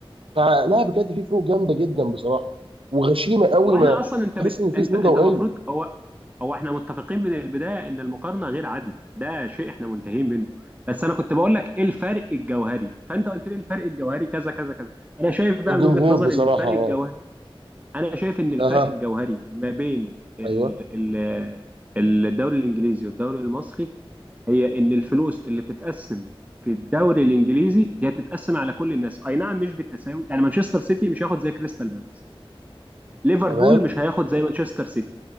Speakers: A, on the right; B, on the right.
A: فلا بجد في فروق جامده جدا بصراحه وغشيمه قوي
B: هو احنا
A: ما
B: اصلا انت
A: تحس
B: بت...
A: ان في
B: انت
A: سنين
B: انت
A: ضوئيه
B: المفروض هو هو احنا متفقين من البدايه ان المقارنه غير عادله ده شيء احنا منتهين منه بس انا كنت بقول لك ايه الفرق الجوهري فانت قلت لي الفرق الجوهري كذا كذا كذا انا شايف بقى
A: الجمهور
B: من وجهه نظري
A: بصراحه
B: ان الفرق
A: اه
B: الجوهري انا شايف ان الفرق
A: اها
B: الجوهري ما بين ال...
A: ايوه
B: ال... الدوري الانجليزي والدوري المصري هي ان الفلوس اللي بتتقسم في الدوري الانجليزي هي بتتقسم على كل الناس اي نعم مش بالتساوي يعني مانشستر سيتي مش هياخد زي كريستال بالاس ليفربول
A: تمام
B: مش هياخد زي مانشستر سيتي